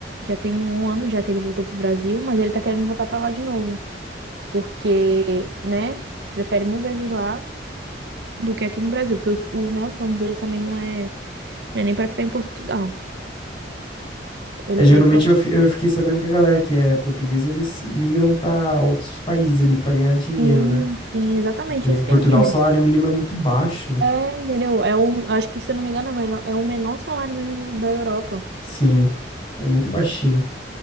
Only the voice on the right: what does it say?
Já tem um ano já que ele voltou pro Brasil, mas ele tá querendo voltar pra lá de novo, porque, né? Prefere mil vezes lá do que aqui no Brasil, porque os- o, né, os planos deles também não é, não é nem pra ficar em Portugal. Ele
quer ir pro...
Sim,
sim, exatamente
isso
que ele <laughs> quer.
É, entendeu? É um, acho que, se eu não me engano, é o menor é o menor salário mínimo de- da Europa.